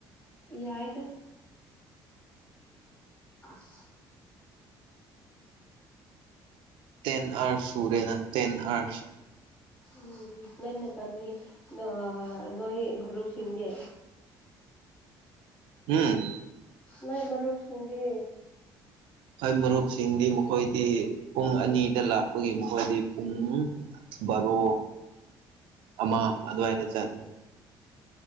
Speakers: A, on the left (about 20°); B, on the right (about 90°).
A: ꯌꯥꯏꯗ ꯂꯧꯁꯤꯟꯕ ꯉꯝꯗꯕ
B: ꯇꯦꯟ ꯑꯥꯔꯁ ꯁꯨꯔꯦꯅ ꯇꯦꯟ ꯑꯥꯔꯁ
A: ꯎꯝ ꯅꯣꯏꯅ ꯄꯟꯅꯤ ꯅꯣꯑ ꯅꯣꯏ ꯃꯔꯨꯞꯁꯤꯡꯗꯤ
B: ꯎꯝ
A: ꯅꯣꯏ ꯃꯔꯨꯞꯁꯤꯡꯗꯤ
B: ꯑꯩꯈꯣꯏ ꯃꯔꯨꯞꯁꯤꯡꯗꯤ ꯃꯈꯣꯏꯗꯤ ꯄꯨꯡ ꯑꯅꯤꯗ ꯂꯥꯛꯄꯒꯤ ꯃꯈꯣꯏꯗꯤ ꯄꯨꯡ ꯕꯥꯔꯣ ꯑꯃ ꯑꯗꯨꯋꯥꯏꯗ ꯆꯠꯅꯤ